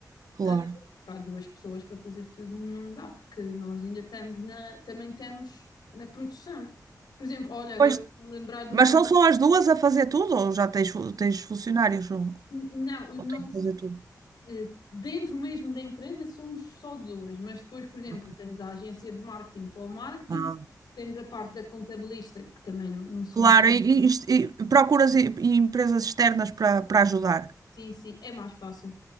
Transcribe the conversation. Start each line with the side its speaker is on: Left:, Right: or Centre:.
Right: claro.
Left: Ah, Pá, duas pessoas para fazer tudo não dá, porque nós ainda estamos na, também estamos na produção. Por exemplo, olha, agora
Right: Pois,
Left: estou a lembrar do
Right: mas
Left: dia,
Right: são só as duas a fazer tudo ou já tens, fu- tens funcionários ou,
Left: não,
Right: ou
Left: nós
Right: tens que fazer tudo?
Left: eh, dentro mesmo da empresa somos só duas, mas depois, por exemplo,
Right: Ok.
Left: temos a agência de marketing para o marketing,
Right: Ah,
Left: temos a parte da contabilista, que também não, não somos,
Right: claro, e, e- e procuras e- e empresas externas para, para ajudar.
Left: sim, sim, é mais fácil.